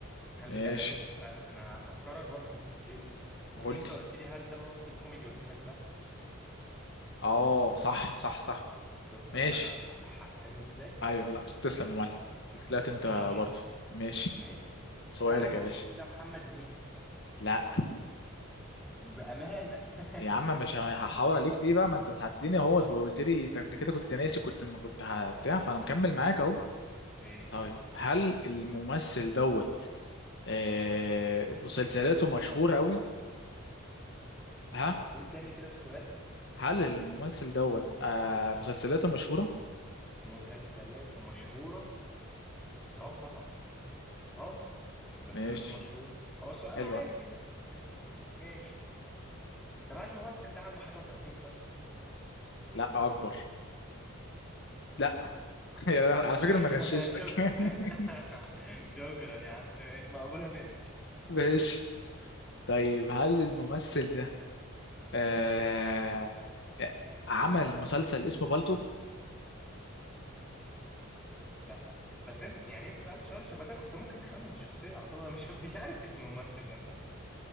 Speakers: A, in the centre; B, on the left.
A: خلي
B: ماشي
A: بالك الس- انا هفكرك برضه انت نسيت
B: قلت
A: انت قلت لي هل ده ممثل كوميدي قلت لك لا
B: اه صح صح صح
A: شفت
B: ماشي
A: بقى انا حق- حقاني ازاي
B: ايوه لا تسلم يا معلم طلعت
A: حبيبي
B: انت برضه
A: <laughs>
B: ماشي
A: ماشي
B: سؤالك
A: هل الممثل
B: يا باشا
A: ده محمد هنيدي
B: لا
A: بامانه <laughs>
B: يا عم مش ه- هحاور عليك ليه بقى ما انت ساعدتني اهو وقلت لي انت قبل كده كنت ناسي كنت ما كنت هبتاع فانا مكمل معاك اهو
A: ماشي
B: طيب هل الممثل دوت آه مسلسلاته مشهورة قوي ها
A: قول تاني كده السؤال
B: هل الممثل دوت آه مسلسلاته مشهورة
A: مسلسلات مشهورة اه طبعا اه مسلسلات
B: ماشي
A: مشهورة هو سؤال
B: حلوة
A: عادي يعني بس يعني ماشي طب هل الممثل ده عنده حاجة و30 سنة؟
B: لا اكبر لا
A: لا
B: <laughs>
A: ما
B: على
A: تقوليش
B: فكرة انا غششتك
A: <laughs> شكرا
B: <laughs>
A: <laughs> شكرا يا عم ماشي مقبولة منك
B: ماشي طيب هل الممثل ده آه آه، عمل مسلسل اسمه بالتو
A: لا بس انت يعني انت سألت سؤال شبه ده كنت ممكن تخمن الشخصية على طول انا مش <laughs> مش عارف اسم الممثل ده انت هندسة